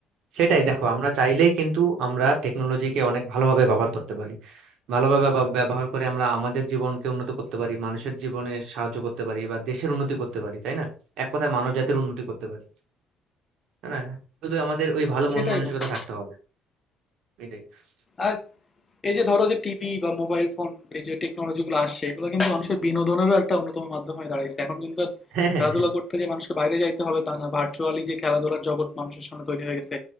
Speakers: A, on the right; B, on the left.
A: সেটাই দেখো আমরা চাইলেই কিন্তু আমরা টেকনোলজিকে অনেক ভালোভাবে ব্যবহার করতে পারি ভালোভাবে ব্যব- ব্যবহার করে আমরা আমাদের জীবনকে উন্নত করতে পারি মানুষের জীবনে সাহায্য করতে পারি বা দেশের উন্নতি করতে পারি তাই না এক কথায় মানব জাতির উন্নতি করতে পারি তাই না শুধু আমাদের ওই ভালো মন
B: সেটাই
A: মানসিকতা
B: বন্ধু
A: থাকতে হবে এটাই <laughs>
B: আর এই যে ধরো যে টিভি বা মোবাইল ফোন এই যে টেকনোলজি গুলো আসছে এগুলো কিন্তু মানুষের বিনোদনেরও একটা অন্যতম মাধ্যম হয়ে দাঁড়িয়েছে এখন কিন্তু আর
A: হ্যাঁ হ্যাঁ,
B: খেলাধুলা
A: হ্যাঁ,
B: করতে যে মানুষকে বাইরে যাইতে হবে তা না ভার্চুয়ালি যে খেলাধুলার জগৎ মানুষের সামনে তৈরি হয়ে গেছে